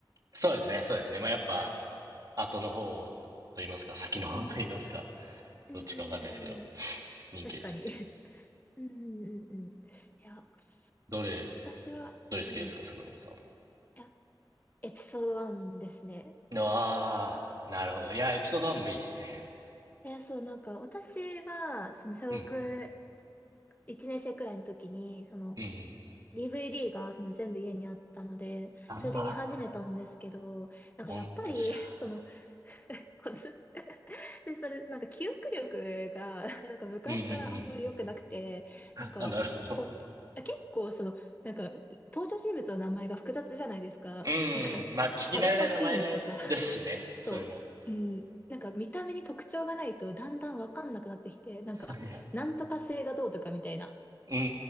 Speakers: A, on the right; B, on the left.
A: そうですね、そうですね。まあ、やっぱ、後の方と言いますか、先の方と言いますか、
B: うん。うーん。
A: どっちかわかんないですけど、人気ですよね。
B: 確かに。うんうんうんうん。いや、そそう、
A: どれ、
B: 私は、
A: どれ好きですか、
B: うん。い
A: 桜子さ
B: や、エピソード1ですね。
A: ん。ああ、なるほど。いや、エピソード1もいいですね。
B: いや、そう、なんか、私は、その、小学
A: うん、
B: 1年生くらいの時に、その、
A: うん、うん。
B: DVD がその全部家にあったので、
A: あ
B: それで見始めたんですけど、なんかやっぱり、
A: あ、同じだ。
B: <laughs> その、<laughs> こので、それ、なんか記憶力が、なんか昔からあんまり良くなくて、
A: うんうんうん。
B: なんか、
A: あ、なるほど。
B: ほ、結構その、なんか、登場人物の名前が複雑じゃないですか。
A: うん。
B: なんか、
A: まあ、聞き慣れない名前ですしね。
B: パルパティーンとか、<laughs> そう、
A: それも。
B: うん、なんか見た目に特徴がないとだんだんわかんなくなってきて、なんか、
A: はいはい。
B: なんとか星がどうとかみたいな、
A: うんうんう